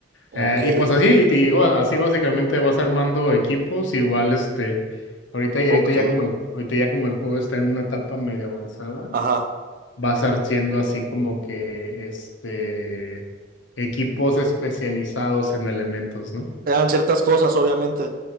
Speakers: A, on the right; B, on the left.
A: Ok.
B: Eh,
A: eh,
B: y pues así, y te digo, así básicamente vas armando equipos, igual este, ahorita, ahorita
A: Ok.
B: ya como el, ahorita ya como el juego está en una etapa medio avanzada,
A: Ajá.
B: vas haciendo así como que este equipos especializados en elementos, ¿no?
A: Eran ciertas cosas, obviamente.